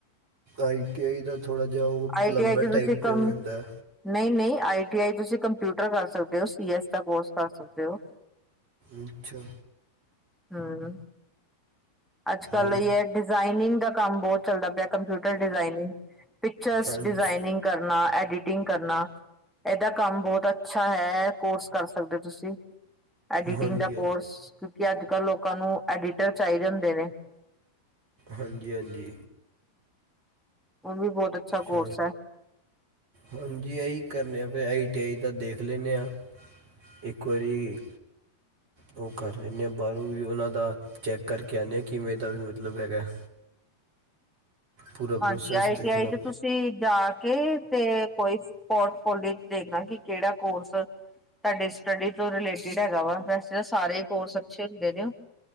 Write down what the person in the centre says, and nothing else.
ਆਈ
ਟੀ ਆਈ ਚ ਤੁਸੀਂ
ਕੰਮ
ਨਹੀਂ ਨਹੀਂ ਆਈ ਟੀ ਆਈ ਤੁਸੀ ਕੰਪਿਊਟਰ ਕਰ ਸਕਦੇ ਹੋ ਸੀ ਦਾ ਕੋਰਸ ਕਰ ਸਕਦੇ ਹੋ।
ਹਾਂ। ਅੱਜ ਕੱਲ
ਇਹ ਹੈ ਡਿਜ਼ਾਇਨਿੰਗ ਦਾ ਕੰਮ ਬਹੁਤ ਚੱਲਦਾ ਪਿਆ। ਕੰਪਿਊਟਰ ਡਿਜ਼ਾਈਨਿੰਗ ਪਿਕਚਰਸ
ਡਿਜ਼ਾਇਨਿੰਗ ਕਰਨਾ ਐਡਿਟ ਕਰਨਾ ਦਾ ਕੰਮ ਬਹੁਤ ਅੱਛਾ ਹੈ ਕੋਰਸ ਕਰ ਸਕਦੇ ਹੋ ਤੁਸੀਂ ਐਡੀਟਿੰਗ
ਦਾ ਕੋਰਸ ਕਿਉਕਿ ਅੱਜ ਕਲ ਲੋਕਾਂ ਨੂੰ ਐਡੀਟਰ ਚਾਹੀਦਾ ਨੇ। <inaudible>
ਹੁਣ ਵੀ ਬਹੁਤ ਅੱਛਾ
ਕੋਰਸ ਹੈ
ਹਾਂਜੀ ਆਈ
ਟੀ ਆਈ ਤੇ ਤੁਸੀਂ ਜਾ ਕੇ ਤੇ ਕੋਈ ਪੋਰਟਫੋਲੀਓ ਚ ਦੇਖਦਾ ਕਿ ਕਿਹੜਾ ਕੋਰਸ ਤੁਹਾਡੀ ਸਟੱਡੀ ਤੋਂ ਰਿਲੇਟਿਡ ਹੈਗਾ ਵਾ ਵੈਸੇ ਤਾਂ ਸਾਰੇ ਹੀ ਕੋਰਸ ਅੱਛੇ ਹੁੰਦੇ ਨੇ